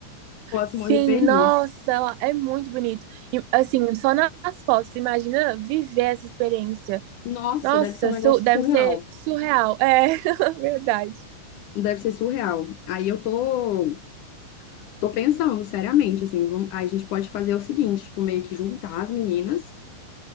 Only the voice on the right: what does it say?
Sim,
nossa, ela é muito bonito. E, assim, só nas fotos, imagina viver essa experiência.
Nossa,
su- deve
ser surreal. É, <laughs> verdade.